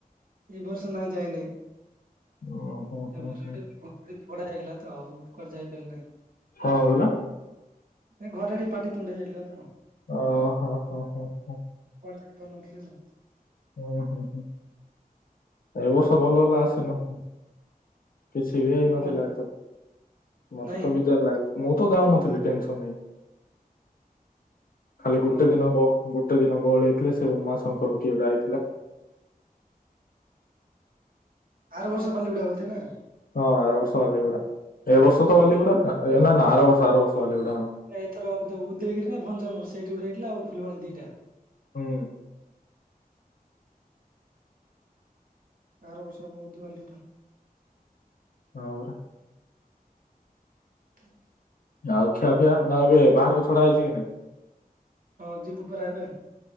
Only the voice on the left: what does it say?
ଓ ହୋ।
ହୋ
କଣ <inaudible> ଗଲା।
ଓ ହଁ ହଁ ହଁ ହଁ।
ହୁଁ ହୁଁ ହୁଁ ଏ ବର୍ଷ ଭଲ ହେଲା ଆସିନ। କିଛି ବି ହେଇନଥିଲା
ଏଥର ମତେ
ତ ବିଜାର ଲାଗେ। ମୁଁ ତ ଯାଉନଥିଲି ଟେନସନ ହେଇକି ଖାଲି ଗୋଟେ
ଦିନ ବ ଗୋ ଗୋଟେ ଦିନ ଗହଳି ହେଇଥିଲେ ସେ ଉମାଶଙ୍କର କିଏ ଗୋଟେ ଆଇଥିଲା।
ହଁ ଆର ବର୍ଷ ବାଲିଗୁଡା ଏ ବର୍ଷ ତ ବାଲିଗୁଡା ନା ନା ଆର ବର୍ଷ ଆର ବର୍ଷ ବାଲିଗୁଡା ହଁ।
ହୁଁ।
ହଁ ପରା।
ଆଉ ଖିଆ ପିଆ ନା ଏବେ ବାହାରକୁ ଛଡା ହେଇଛି କି ନାଇଁ